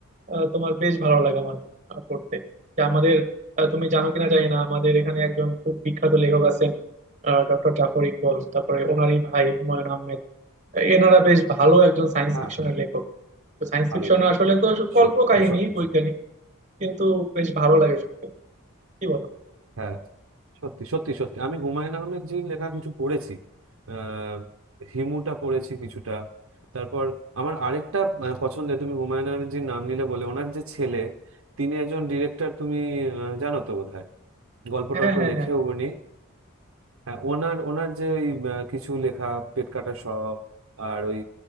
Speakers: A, on the right; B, on the right.
A: আহ, তোমার বেশ ভালো লাগে আমার আহ, পড়তে যে আমাদের আহ, তুমি জানো কিনা জানি না আমাদের এখানে একজন খুব বিখ্যাত লেখক আছেন ডক্টর জাফর ইকবল তারপরে ওনারই ভাই হুমায়ুন আহমেদ এনারা বেশ ভালো একজন সায়েন্স
B: হ্যাঁ
A: ফিকশনের লেখক তো সায়েন্স
B: ভালো
A: ফিকশন আসলে তো কল্প
B: সত্যি
A: কাহিনী
B: সত্যি
A: বৈজ্ঞানিক
B: সত্যি
A: কিন্তু বেশ ভালো লাগে শুনতে কি বলো
B: হ্যাঁ সত্যি সত্যি সত্যি আমি হুমায়ুন আহমেদ জির লেখা কিছু পড়েছি আহ, হিমুটা পড়েছি কিছুটা তারপর আমার আরেকটা আহ, পছন্দের তুমি হুমায়ুন আহমেদ জির নাম নিলে বলে ওনার যে ছেলে তিনি একজন ডিরেক্টর তুমি আহ, জানো তো বোধহয় গল্প
A: হ্যাঁ
B: টল্প
A: হ্যাঁ
B: লেখেও
A: হ্যাঁ
B: উনি হ্যাঁ, ওনার ওনার যে ওই আহ, কিছু লেখা পেট কাটা স আর ওই